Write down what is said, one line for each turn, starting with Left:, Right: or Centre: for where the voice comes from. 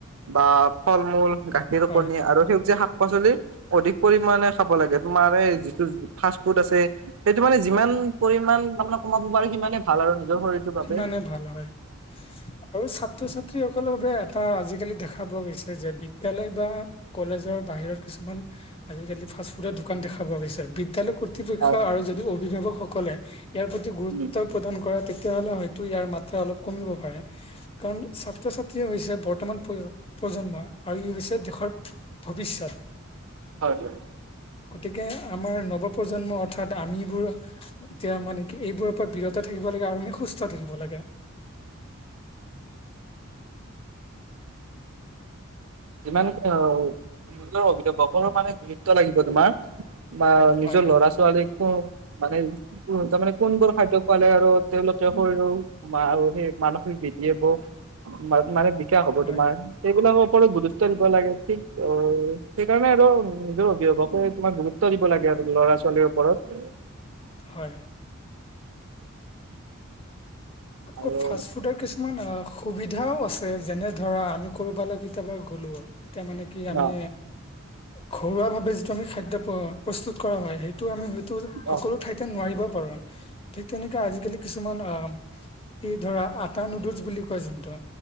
Right: বা ফল মূল গাখীৰ
Left: হয়
Right: কণী আৰু সেউজিয়া শাক শাক পাচলি অধিক পৰিমাণে খাব লাগে তোমাৰ এই যিটো ফাষ্ট ফুড আছে সেইটো মানে যিমান পৰিমাণ তামানে কমাব পাৰো সিমানে ভাল আৰু নিজৰ শৰীৰটোৰ বাবে
Left: সিমানে ভাল হয় আৰু ছাত্ৰ ছাত্ৰীসকলৰ বাবে আজিকালি দেখা পোৱা গৈছে যে বিদ্যালয় বা কলেজৰ বাহিৰত কিছুমান আজিকালি ফাষ্ট ফুডৰ দোকান দেখাব গৈছে বিদ্যালয় কৰ্তৃপক্ষ
Right: হয়
Left: আৰু যদি অভিভাৱকসকল সকলে ইয়াৰ প্ৰতি গুৰুত্ব
Right: উম
Left: প্ৰদান কৰে তেতিয়াহলে হয়তো ইয়াৰ মাত্ৰা অলপ কমিব পাৰে কাৰণ ছাত্ৰ ছাত্ৰী হৈছে বৰ বৰ্তমান প্ৰ প্ৰজন্ম আৰু ই হৈছে দেশৰ ভৱিষ্যত
Right: হয়
Left: গতিকে আমাৰ নৱপ্ৰজন্ম অৰ্থাৎ আমিবোৰ এতিয়া মানে কি এইবোৰৰ পৰা বিৰত থাকিব লাগে আৰুমি সুস্থ থাকিব লাগে
Right: ইমান নিজৰ অভিভাৱকৰো মানে, গুৰুত্ব লাগিব তোমাৰ। বা নিজৰ
Left: হয়
Right: ল'ৰা ছোৱালীোন অ মানে কোনবোৰ খাদ্য খালে আৰু তেওঁলোকে শৰীৰৰ সেই মানসিক বিৃদ্ধিয়ে বোৰ মানে বিকাশ হ'ব
Left: হয়
Right: তোমাৰ অভিভাৱক গুৰুত্ব দিব লাগে ঠিক সেইকাৰণে আৰু নিজৰ অভিভাৱকে তোমাক গুৰুত্ব দিব লাগে আৰু ল'ৰা ছোৱালীৰ ওপৰত
Left: হয় আকৌ
Right: আৰু
Left: ফাষ্ট ফুডৰ কিছুমান সুবিধাও আছে যেনে ধৰা আমি কৰবালৈ কেতিয়াবা গ'লো তেতিয়া মানে কি আমি
Right: অ
Left: ঘৰুৱা ভাৱে যিটো আমি খাদ্য প্ৰস্তুত কৰা হয় সেইটো আমি হয়তো সকলো
Right: অ
Left: ঠাইতে নোৱাৰিব ঠিক তেনেকে আজিকালি কিছুমান আহ ই ধৰা আটা নুডলছ বুলি কয় যোনটো